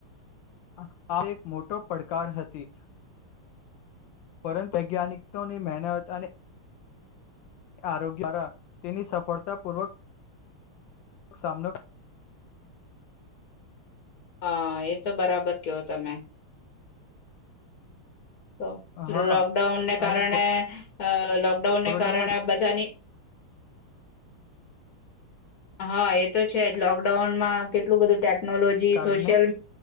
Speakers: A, on the left (about 70°); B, on the left (about 50°).
A: આ એક મોટો પડકાર હતી પરંતુ વૈજ્ઞાનિકોની મહેનત અને આરોગ્ય દ્વારા તેની સફળતાપૂર્વક સામનો
B: હા એ તો બરાબર કયો તમે તો
A: હા
B: લોકડાઉન ને કારણે
A: અને
B: હા લોકડાઉનને
A: કોરોના
B: કારણે બધાની હા એ છે લોકડાઉન માં કેટલું બધું ટેકનોલોજી
A: કારણે
B: સોશિયલ